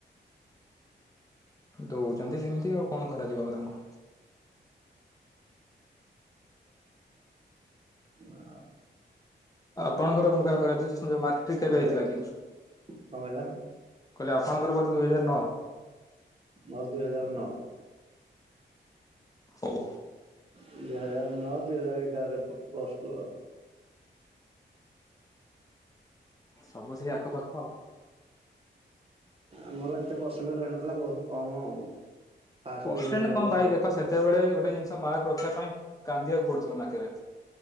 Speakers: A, on the left; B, on the right.
A: ଦଉଛନ୍ତି ଯେମିତି ଆଉ କଣ କରାଯିବ ଆଉ ତାଙ୍କୁ।
B: ନା
A: ଆପଣଙ୍କର <unintelligible> କେବେ
B: ଘରେ
A: ହେଇଥିଲା କି?
B: କଣ କହିଲ?
A: କହିଲେ ଆପଣଙ୍କର ବୋଧେ ଦୁଇ ହଜାର ନଅ।
B: ମୋର ଦୁଇ ହଜାର ନଅ।
A: ହଉ।
B: ଦୁଇ ହଜାର ନଅ ଦୁଇ ହଜାର ଏଗାରରେ ପ୍ଲସ ଟୁ ଆଉ।
A: ସବୁ ସେଇ ଆଖପାଖ ଆଉ।
B: ଆମର ଏତେ ପରସେଣ୍ଟ ରହିନଥିଲା ବହୁତ କମ ଆଉ। ଫାଷ୍ଟ
A: ପର୍ସେଣ୍ଟ
B: ଡିଭିଜନରୁ
A: କଣ ବାଇ ଦେଖ ସେ ସେତେବେଳେ ଗୋଟେ ଜିନିଷ ମାର୍କ ରଖିବା ପାଇଁ କାନ୍ଦିବାକୁ ପଡୁଥିଲା ନାକରେ।